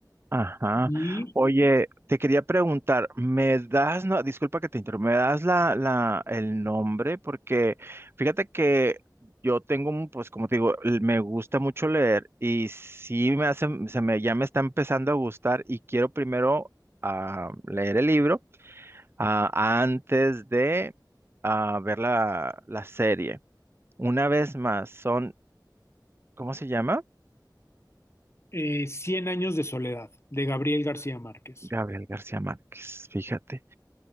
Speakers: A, on the right (about 35°); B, on the left (about 35°).
A: Ajá.
B: y
A: Oye, te quería preguntar, ¿me das, no, disculpa que te interrumpa, ¿me das la, la, el nombre? Porque fíjate que yo tengo, un, pues como te digo, l- me gusta mucho leer y sí me hace, se me, ya me está empezando a gustar y quiero primero ah, leer el libro. ah, antes de ah, ver la, la serie. Una vez más, son, ¿cómo se llama?
B: eh, Cien años de soledad, de Gabriel García Márquez.
A: Gabriel García Márquez, fíjate.